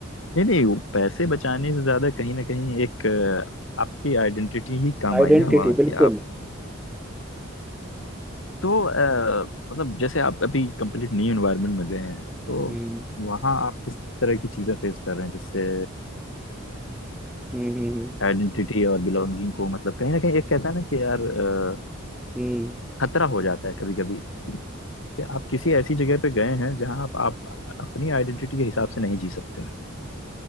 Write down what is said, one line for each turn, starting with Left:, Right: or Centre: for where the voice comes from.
Left: नहीं नहीं वो पैसे बचाने से ज्यादा कहीं ना कहीं एक अ, आपकी आइडेंटिटी ही काम
Centre: आइडेंटिटी
Left: आई ना वहाँ
Centre: बिल्कुल
Left: की तो अ, मतलब जैसे आप अभी कंप्लीट न्यू एनवायरनमेंट में गए हैं तो
Centre: हम्म
Left: वहाँ आप किस तरह की चीजें फेस कर रहे हैं जिससे
Centre: हम्म हम्म
Left: आइडेंटिटी और बिलोंगिंग को मतलब कहीं ना कहीं एक कहता है ना कि यार अ,
Centre: हम्म,
Left: खतरा हो जाता है कभी कभी कि आप किसी ऐसी जगह पे गए हैं जहाँ आप, आप अपनी आइडेंटिटी के हिसाब से नहीं जी सकते हैं